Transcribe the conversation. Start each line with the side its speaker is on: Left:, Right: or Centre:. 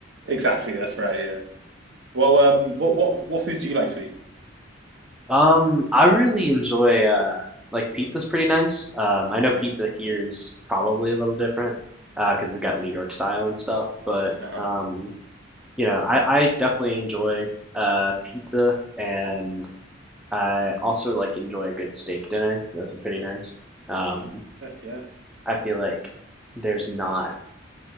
Right: exactly. That's right. Yeah. Well, um, what what what foods do you like to eat?
Centre: Um, I really enjoy uh like pizza's pretty nice. Um, I know
Right: Mm.
Centre: pizza here is probably a little different uh because we got New York style and stuff, but
Right: Uh-huh.
Centre: um, you know, I I definitely enjoy uh pizza and I also like enjoy a good steak dinner. Those are pretty nice. Um,
Right: Yeah.
Centre: I feel like there's not